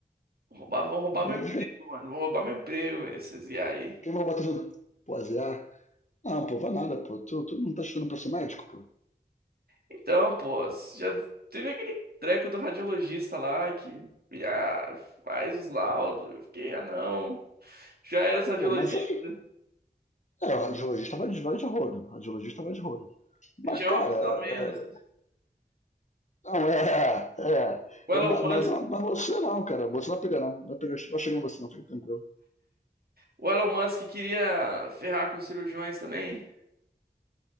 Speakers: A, on the right; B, on the left.
A: Vão roubar, vão roubar
B: Mas,
A: meu emprego, mano. Vão roubar meu emprego, velho, esses e aí.
B: Quem vai bater no... Pô, azear? Não, pô, vai nada, pô. Tu, tu não tá estudando pra ser médico, pô?
A: Então, pô, você já teve aquele treco do radiologista lá que ah, faz os laudos. Eu fiquei, ah, não. Já era os radiologistas,
B: Pô, mas... eu- É, o radiologista vai de, vai de rodo. O radiologista vai de rodo. Mas,
A: já é
B: cara...
A: uma pessoa
B: É...
A: a menos.
B: Não, é... é é.
A: O
B: eu-
A: Elon
B: ma-
A: Musk,
B: mas, não, mas você não, cara. Você não vai pegar, não. Vai, pegar, vai chegar em você, não. Fica tranquilo.
A: o Elon Musk queria ferrar com os cirurgiões também.